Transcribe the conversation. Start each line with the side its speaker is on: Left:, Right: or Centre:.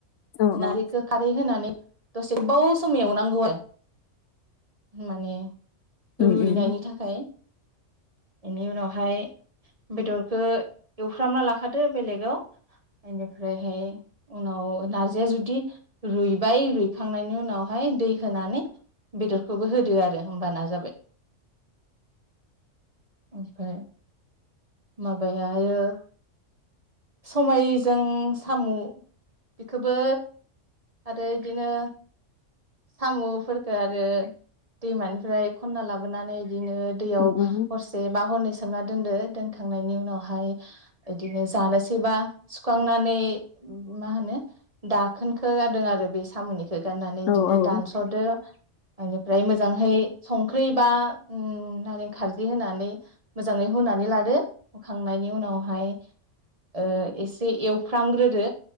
Left: औ
Right: नारजि
Left: औ
Right: खौ खारै होनानै दसे गोबाव सम एवनांगौ आरो माने
Left: उम
Right: रुइनायनि
Left: उम
Right: थाखाय। बेनि उनावहाय बेदरखौ एवफ्रामना लाखादो बेलेगाव बेनिफ्रायहाय उनाव नारजि रुइबाय रुइखांनायनि उनावहाय दै होनानै बेदरखौबो होदो आरो होमबाना जाबाय ओमफ्राय माबायायो आरो समायजों साम' खोबो आरो इदिनो साम'फोरखौ आरो दैमानिफ्राय खनना लाबोनानै बिदिनो दैयाव
Left: उम उम
Right: हरसे बा हरनै सोमना दोनदो दोनखांनायनि उनावहाय बिदिनो जानोसैबा सोखांनानै मा होनो दाखोनखौ गारदों आरो बे सामनिखौ। बिदिनो
Left: औ औ
Right: दानस'दो बेनिफ्राय मोजांहै संख्रि बा उम नारें खारजि होनानै मोजाङै होनानै लादो। होखांनायनि उनावहाय ओ एसे एवफ्रामग्रोदो।